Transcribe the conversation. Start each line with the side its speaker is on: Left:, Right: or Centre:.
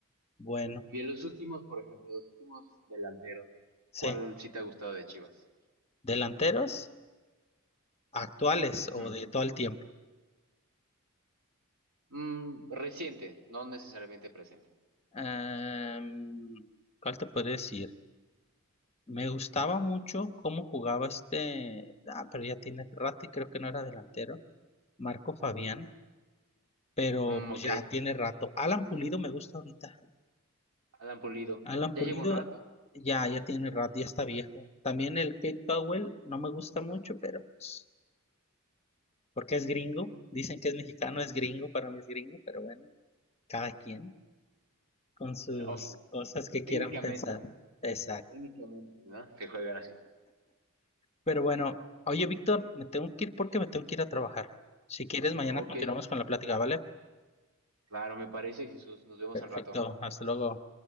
Left: bueno,
Right: Y de los últimos, por ejemplo, los últimos delanteros,
Left: sí.
Right: ¿cuál sí te ha gustado de Chivas?
Left: Delanteros actuales
Right: Ujú.
Left: o de todo el tiempo.
Right: Mm, reciente, no necesariamente presente.
Left: Em, ¿cuál te puedo decir? Me gustaba mucho cómo jugaba este, ah, pero ya tiene rato y creo que no era delantero, Marco Fabián, pero
Right: Mm,
Left: pues
Right: ok,
Left: ya tiene rato. Alan Pulido me gusta ahorita.
Right: Alan Pulido.
Left: Alan
Right: Ya
Left: Pulido
Right: lleva un rato.
Left: ya, ya tiene rato, ya está viejo. También el Kate Cowell no me gusta mucho, pero pues, porque es gringo. Dicen que es mexicano,
Right: Sí.
Left: es gringo, para mí es gringo, pero bueno, cada quien con sus
Right: Bueno, o-
Left: cosas que
Right: técnicamente,
Left: quieran pensar.
Right: ¿no?
Left: Exacto.
Right: Técnicamente, ¿no? Que juegan así.
Left: Pero bueno, oye, Víctor, me tengo que ir porque me tengo que ir a trabajar. Si quieres, mañana
Right: Ok,
Left: continuamos con la plática, ¿vale?
Right: Claro, me parece, Jesús. Nos vemos
Left: Perfecto.
Right: al rato.
Left: Perfecto, hasta luego.